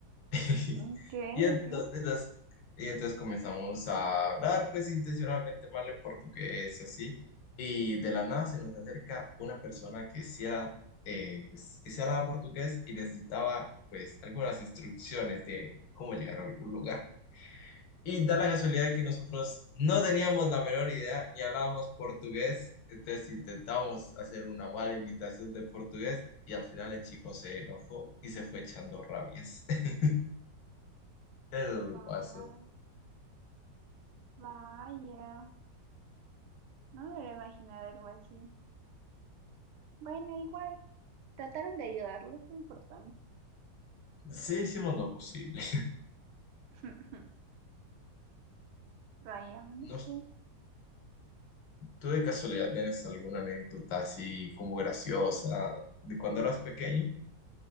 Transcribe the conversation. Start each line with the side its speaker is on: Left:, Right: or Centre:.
Left: <laughs>
Right: ok,
Left: Y entonces,
Right: ok.
Left: las- y entonces comenzamos a hablar pues intencionalmente mal en portugués y así, y de la nada se nos acerca una persona que sí era, eh, pues, que sí hablaba portugués y necesitaba pues algunas instrucciones de cómo llegar a algún lugar. Y da la casualidad de que nosotros no teníamos la menor idea ni hablábamos portugués, entonces intentábamos hacer una mala imitación de portugués y al final el chico se enojó y se fue echando rabias. <laughs> Eso me
Right: Va-
Left: pasó.
Right: vaya, no me hubiera imaginado algo así. Bueno, igual, trataron de ayudarlo, es importante.
Left: Sí, hicimos lo posible.
Right: <laughs> Vaya, no sé.
Left: No, sé, ¿tú de casualidad tienes alguna anécdota así como graciosa de cuando eras pequeño?